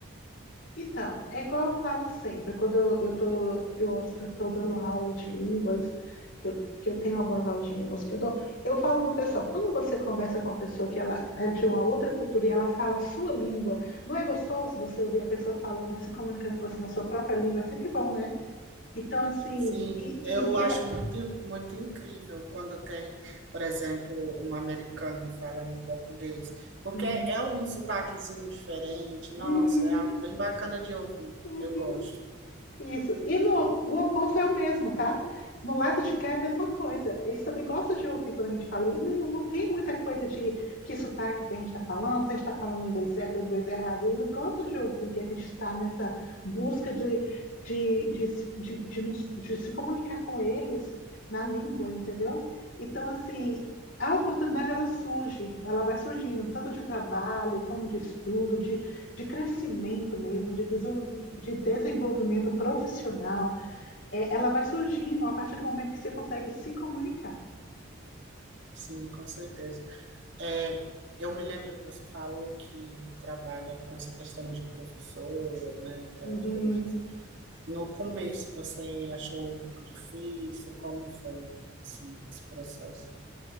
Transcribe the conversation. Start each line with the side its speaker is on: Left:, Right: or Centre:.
Left: Então, é igual eu falo sempre, quando eu, eu tô, eu, eu tô dando aula de línguas, que eu, que eu tenho algumas aulas de línguas que eu dou, eu falo para o pessoal, quando você conversa com uma pessoa que ela é de uma outra cultura e ela fala a sua língua, não é gostoso você ouvir a pessoa falando, se comunicando com você na sua própria língua? É sempre bom, né? Então, assim,
Right: Sim,
Left: e,
Right: eu
Left: e,
Right: acho
Left: e a-
Right: muito, muito incrível quando tem, por exemplo, um americano falando português, porque
Left: Uhum,
Right: é um sotaquezinho diferente.
Left: uhum,
Right: Nossa, é algo bem bacana de ouvir.
Left: uhum.
Right: Eu gosto.
Left: Isso. E no, o oposto é o mesmo, tá? No lado de cá é a mesma coisa. Eles também gostam de ouvir quando a gente fala. E não, não tem muita coisa de que sotaque que a gente está falando, se a gente está falando inglês certo ou inglês errado. E eles gostam de ouvir que a gente está nessa busca de, de, de, se- de, de nos- de se comunicar com eles na língua, entendeu? Então, assim, a oportunidade ela surge, ela vai surgindo, tanto de trabalho, como de estudo, de, de crescimento mesmo, de desenvol- de desenvolvimento profissional, é, ela vai surgindo a partir do momento que você consegue se comunicar.
Right: Sim, com certeza. É, eu me lembro que você falou que trabalha com essa questão de professora, né, e tal,
Left: Uhum.
Right: e tudo mais. No começo, você achou um pouco difícil? Como foi, assim, esse processo?